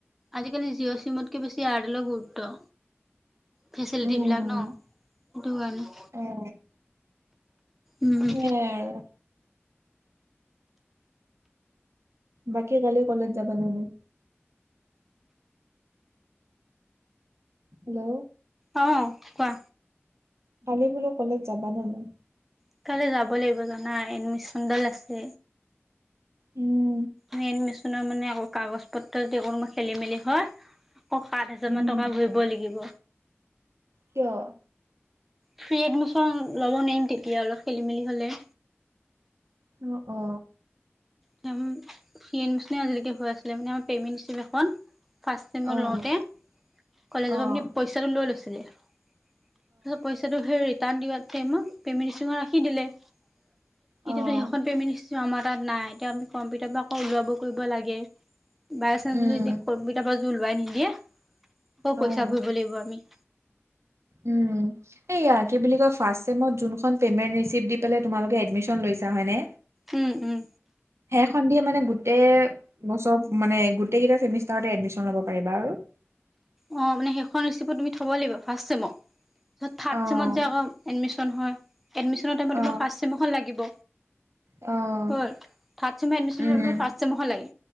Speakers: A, in the centre; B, on the right (about 80°).
A: আজিকালি জিঅ' চিমতকে বেছি এয়াৰটেলৰ গুৰুত্ব। ফেচিলিটি
B: উম।
A: বিলাক ন' সেইটো কাৰণে
B: অ'
A: উম
B: সেয়াই আৰু বাকী কালি কলেজ যাবা নে নাই? হেল্ল'।
A: অ' কোৱা?
B: কালি বোলো কলেজ যাবা নে নাই?
A: সোনকালে যাব লাগিব জানা এডমিশনডাল আছে।
B: উম
A: মেইন মেচিনৰ মানে কাগজ পত্ৰ যদি কোনোবা খেলি মেলি হয় অ সাত হাজাৰ
B: উম,
A: মান টকা ভৰিব লাগিব
B: কিয়?
A: ফ্ৰী এডমিছন ল'ব নোৱাৰিম তেতিয়া অলপ খেলি মেলি হলে
B: অ অ
A: ফ্ৰী এডমিছনেই আজিলেকে হৈ আছিলে মানে আমাৰ পে'মেণ্ট ৰিচিপ এখন ফাৰ্ষ্ট টাইমত
B: অ',
A: লওঁতে কলেজক
B: অ',
A: আপুনি পইচাটো লৈ লৈছিলে তাৰপাছত পইচাটো সেই ৰিটাৰ্ণ দিয়া টাইমত পেমেট ৰিচিপ্ট খন ৰাখি দিলে। এতিয়াতো
B: অ',
A: সেইখন পেমেণ্ট ৰিচিপ আমাৰ তাত নাই এতিয়া আমি কম্পিউটাৰ পৰা আকৌ ওলাব কৰিব লাগে বায় চানঞ্চ
B: উম,
A: বুলি এ কম্পিউটাৰ পৰা যদি ওলোৱাই নিদিয়ে আকৌ
B: অ',
A: পইচা ভৰিব লাগিব আমি
B: উম এইয়া কি বুলি কই ফাষ্ট চেমত যোনখন পেমেণ্ট ৰিচিপ দি পেলে তোমালোকে এডমিচন লৈছা হয় নে
A: উম উম
B: সেইখন দিয়ে মানে গোটেই বছৰ মানে গোটেই কেইটা চেমিষ্টাৰটে এডমিচন ল'ব পাৰিবা আৰু
A: অ মানে সেইখন ৰেচিপো তুমি থব লাগিব ফাৰ্ষ্ট চেমৰ থাৰ্ড
B: অ',
A: চেমত যে আকৌ এডমিছন হয় এডমিচনৰ টাইমত
B: অ',
A: তোমাৰ ফাৰ্ষ্ট চেমৰখন লাগিব
B: অ',
A: হল থাৰ্ড চেমে এডমিচন
B: উম,
A: ফাৰ্ষ্ট চেমৰ লাগে